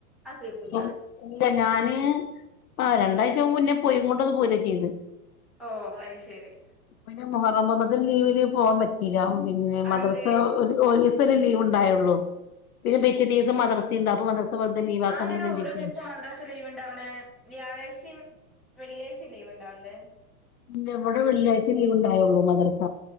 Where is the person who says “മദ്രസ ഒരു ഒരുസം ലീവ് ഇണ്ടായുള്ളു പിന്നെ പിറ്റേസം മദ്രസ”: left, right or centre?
Left